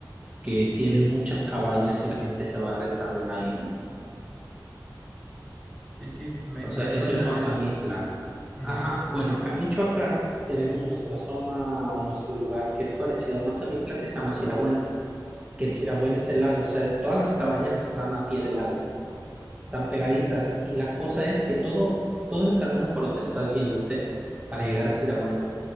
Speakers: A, on the right; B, in the centre.
A: que tiene muchas cabañas y la gente se va a rentarla ahí.
B: sí, sí, me,
A: O
B: me
A: sea, eso
B: suena
A: es Mazamitla.
B: este, ujú.
A: Ajá, bueno, acá en Michoacán tenemos nuestra zona o nuestro lugar que es parecido a Mazamitla, que se llama Siragüen, que Siragüen es el lago, o sea, todas las cabañas están a pie del lago, están pegaditas, y la cosa es que todo, todo el camino por donde estás yéndote para llegar a Siragüen